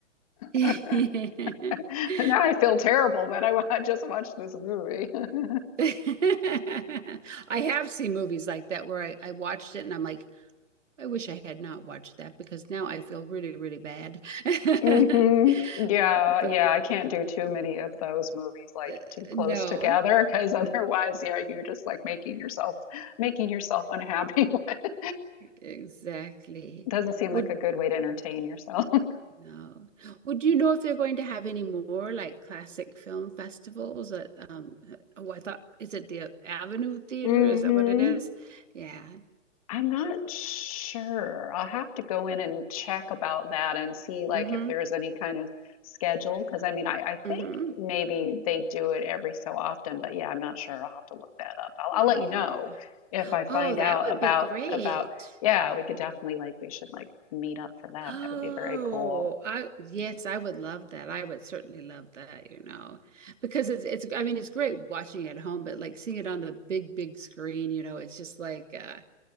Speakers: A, on the right (about 75°); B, on the left (about 30°).
A: <laughs>
B: <laughs> <laughs> Now I feel terrible that I wa- <laughs> just watched this movie. <laughs>
A: <laughs> I have seen movies like that where I, I watched it and I'm like, I wish I had not watched that because now I feel really, really bad. <laughs>
B: hmm Yeah,
A: But
B: yeah, I can't do too many of those movies like
A: uh,
B: too close
A: no,
B: together because <laughs> otherwise, yeah, you're just like making yourself making yourself unhappy. <laughs>
A: exactly.
B: Doesn't seem
A: Would
B: like a good way to entertain yourself. <laughs>
A: no. Would you know if they're going to have any more like classic film festivals that um oh I thought is it the Avenue Theater?
B: hmm
A: Is that what it is? Yeah.
B: I'm not sure. I'll have to go in and check about that and see like
A: Mm-hmm.
B: if there's any kind of schedule. Because I mean, I, I think
A: Mm-hmm.
B: maybe they do it every so often, but yeah, I'm not sure. I'll have to look that up. I'll,
A: Yeah.
B: I'll let you know if I find
A: Oh, that
B: out
A: would
B: about
A: be great.
B: about. Yeah, we could definitely like we should like meet up for that.
A: Oh,
B: That would be very cool.
A: I yes, I would love that. I would certainly love that, you know, because it's it's I mean it's great watching at home, but like seeing it on the big, big screen, you know, it's just like uh,